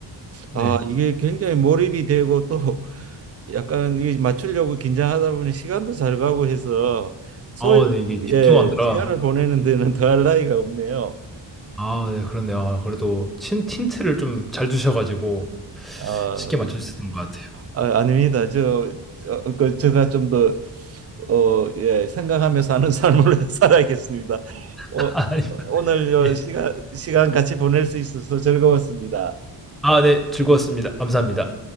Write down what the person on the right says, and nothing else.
아, 이게 굉장히 몰입이 되고 또 <laughs> 약간 이 맞추려고 긴장하다 보니 시간도 잘 가고 해서 소위,
예,
시간을 보내는 데는 더할 나위가 없네요.
아,
아, 아닙니다. 저, 어, 그, 제가 좀 더, 어, 예, 생각하며 사는 삶을 <laughs> 살아야겠습니다. 어,
오늘 요
시간, 시간 같이 보낼 수 있어서 즐거웠습니다.